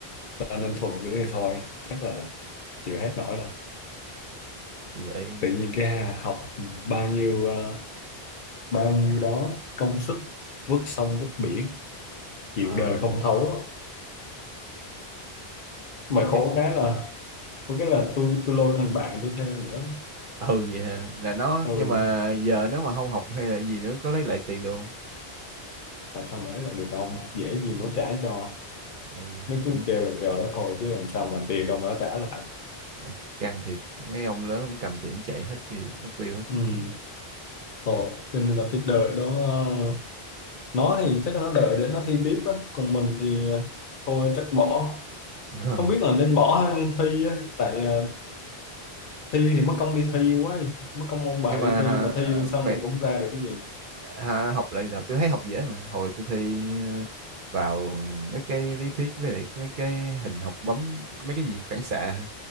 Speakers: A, on the left; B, on the right.
A: Ta nên thuận nữa thì thôi, chắc là chịu hết nổi rồi
B: thì vậy
A: Tự nhiên cái hà- học bao nhiêu ờ, bao nhiêu đó công sức vứt sông vứt biển chịu
B: Ờ,
A: đời không thấu mà
B: ừ.
A: khổ cái là có cái là tôi tôi lôi thằng bạn tôi theo nữa
B: ừ vậy hả? là nó
A: ừ
B: nhưng mà giờ nếu mà không học hay là gì nữa có lấy lại tiền được không
A: làm sao mà lấy lại được ông dễ gì mà nó trả cho
B: ừ,
A: nó
B: cũng
A: cứ kêu là chờ nó thôi chứ làm sao mà tiền đâu mà nó trả lại
B: ờ, căng thiệt mấy ông lớn cũng cầm tiền chạy hết tiêu mất tiêu hết
A: ừ thôi cho nên là phải đợi đó ờ, nó thì chắc là nó đợi để nó thi tiếp á còn mình thì ờ, thôi chắc bỏ
B: Ờ.
A: không biết là nên bỏ hay nên thi á tại ờ, thi thì mất công đi thi quá đi. mất công ôn bài
B: nhưng mà
A: đi thi
B: à,
A: mà thi
B: à,
A: xong
B: phải
A: rồi cũng không ra được cái gì
B: à, học lại từ đầu tôi thấy học dễ mà hồi tôi thi à, vào mấy cái lý thuyết với lại cái- mấy cái hình học bấm mấy cái gì phản xạ